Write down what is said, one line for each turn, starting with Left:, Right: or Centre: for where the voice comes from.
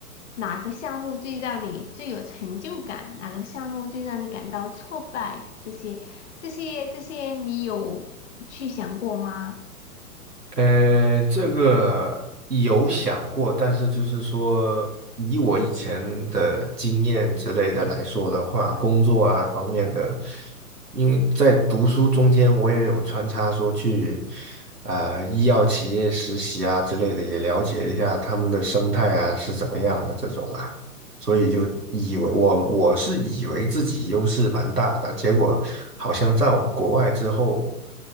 Left: 哪个项目最让你最有成就感？哪个项目最让你感到挫败？这些、这些、这些，你有去想过吗？
Right: 呃，这个有想过，但是就是说，以我以前的经验之类的来说的话，工作啊方面的，因为在读书中间，我也有穿插说去啊、呃医药企业实习啊之类的，也了解了一下他们的生态啊是怎么样的这种啊。所以就以为我我是以为自己优势蛮大的，结果好像在国外之后，